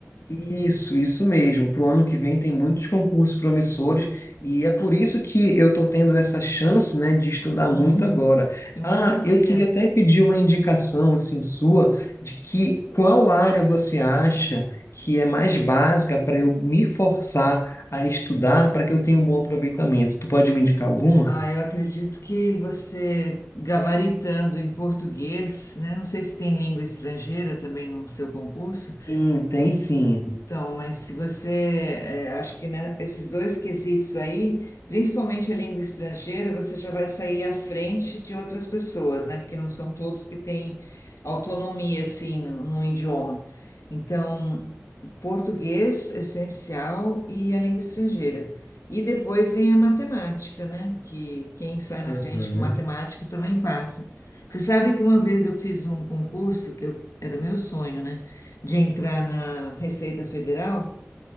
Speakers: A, on the left; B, on the left.
A: isso, isso mesmo. Para o ano que vem tem muitos concursos promissores e é por isso que eu estou tendo essa chance, né, de estudar
B: Uhum,
A: muito agora.
B: que maravilha!
A: Ah, eu queria até pedir uma indicação assim sua de que qual área você acha que é mais básica para eu me forçar a estudar para que eu tenha um bom aproveitamento. Tu pode me indicar alguma?
B: Ah, eu acredito que você gabaritando em português, né? Não sei se tem língua estrangeira também no seu concurso.
A: Sim, tem sim.
B: Então, mas se você, é, acho que né, esses dois quesitos aí, principalmente a língua estrangeira, você já vai sair à frente de outras pessoas, né? Porque não são todos que têm autonomia, assim, no, no idioma. Então, português, essencial, e a língua estrangeira. E depois vem a matemática, né? Que quem sai na
A: Aham,
B: frente com matemática também passa. Você sabe que uma vez eu fiz um concurso, que eu- era meu sonho, né? de entrar na Receita Federal